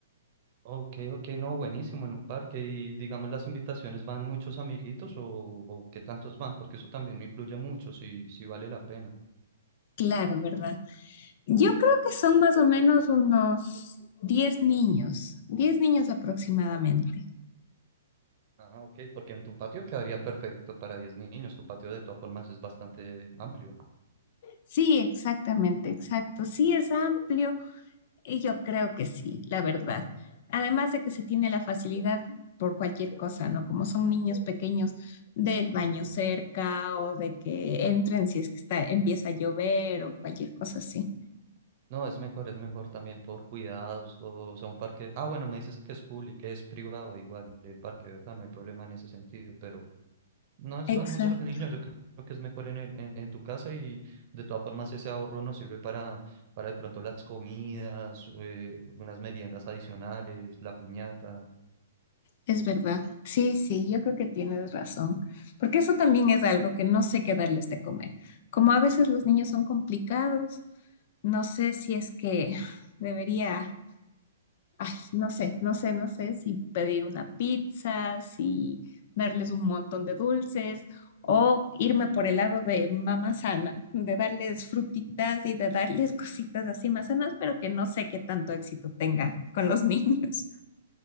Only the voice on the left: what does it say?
Claro, ¿verdad? Yo creo que son más o menos unos 10 niños, 10 niños aproximadamente.
Sí, exactamente, exacto. Sí, es amplio. y Yo creo que sí, la verdad. Además de que se tiene la facilidad por cualquier cosa, ¿no? Como son niños pequeños del
baño cerca o de que entren si es que está, empieza a llover o cualquier cosa así.
Exacto.
Es verdad. Sí, sí, yo creo que tienes razón, porque eso también es algo que no sé qué darles de comer. Como a veces los niños son complicados, no sé si es que debería, ay, no sé, no sé, no sé si pedir una pizza, si darles un montón de dulces o irme por el lado de mamá sana, de darles frutitas y de darles cositas así más sanas, pero que no sé qué tanto éxito tenga con los <laughs> niños.